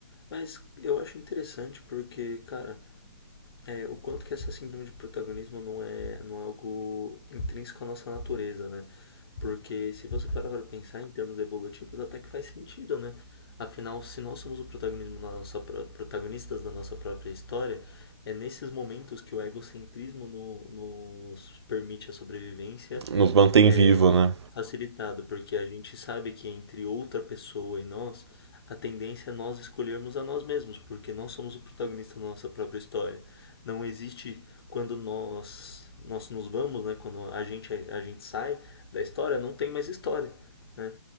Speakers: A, on the left (about 65°); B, on the right (about 85°).
A: Mas eu acho interessante porque, cara, é, o quanto que essa síndrome de protagonismo não é, não é algo intrínseco à nossa natureza, né? Porque se você parar para pensar em termos evolutivos, até que faz sentido, né? Afinal, se nós somos o protagonismo na nossa, pró- protagonistas da nossa própria história, é nesses momentos que o egocentrismo no- nos permite a sobrevivência
B: nos mantém
A: é
B: vivo, né?
A: facilitado, porque a gente sabe que entre outra pessoa e nós, a tendência é nós escolhermos a nós mesmos, porque nós somos o protagonista da nossa própria história. Não existe quando nós nós nos vamos, né, quando a gente a gente sai da história, não tem mais história, né,